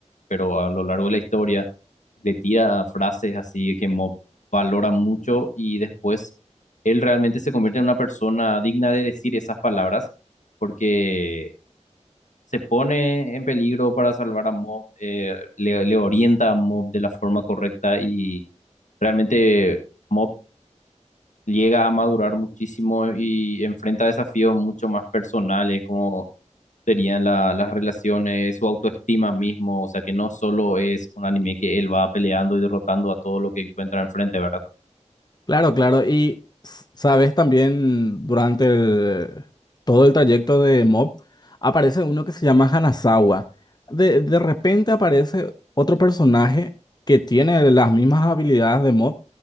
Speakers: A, on the left (about 80°); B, on the left (about 35°).
A: pero a lo largo de la historia le tira frases así que Mob valora mucho y después él realmente se convierte en una persona digna de decir esas palabras porque se pone en peligro para salvar a Mob, eh, le, le orienta a Mob de la forma correcta y realmente Mob llega a madurar muchísimo y enfrenta desafíos mucho más personales, como serían la- las relaciones, su autoestima mismo, o sea que no solo es un anime que él va peleando y derrotando a todo lo que encuentra enfrente, ¿verdad?
B: Claro, claro. Y s- sabes también durante el- todo el trayecto de Mob aparece uno que se llama Hanazawa. De, de repente aparece otro personaje que tiene las mismas habilidades de Mob,